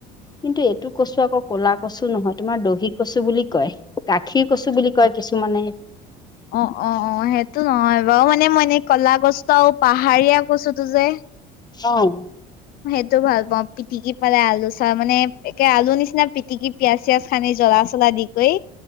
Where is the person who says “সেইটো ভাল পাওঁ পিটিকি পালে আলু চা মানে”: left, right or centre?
Left